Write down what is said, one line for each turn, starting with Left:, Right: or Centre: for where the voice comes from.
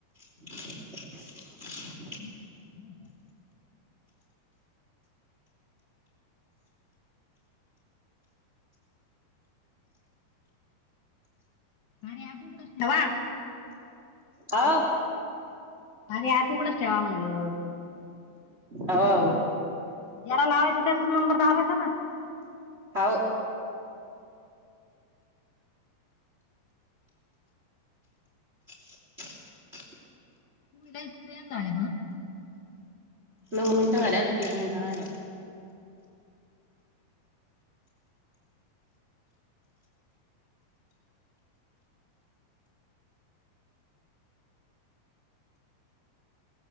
Right: <unintelligible>
Left: <unintelligible> अरे <unintelligible> वा
Right: हो.
Left: आहे आतुकडचं ठेवा म्हणल.
Right: हो..
Left: ज्याला लावाचं त्यांचंच नंबर दाबायचा ना,
Right: होव. <unintelligible>
Left: <unintelligible> बघ
Right: नऊ मिनटं झालेत की एक मिनटं राहिला.